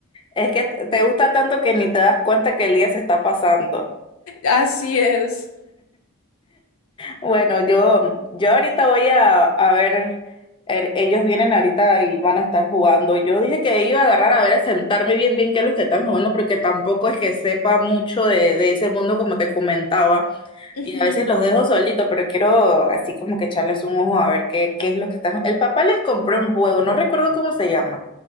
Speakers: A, on the left; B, on the left.
A: Es que te te gusta tanto que ni te das cuenta que el día se está pasando.
B: Así es.
A: Bueno, yo, yo ahorita voy a, a ver, er- ellos vienen ahorita y van a estar jugando. Yo dije que iba a agarrar a ver, a sentarme bien, bien qué es lo que están jugando, porque tampoco es que sepa mucho de, de ese mundo como te comentaba.
B: Ujú.
A: Y a veces los dejo solitos, pero quiero así como que echarles un ojo a ver qué, qué es lo que están. El papá les compró un juego, no recuerdo cómo se llama,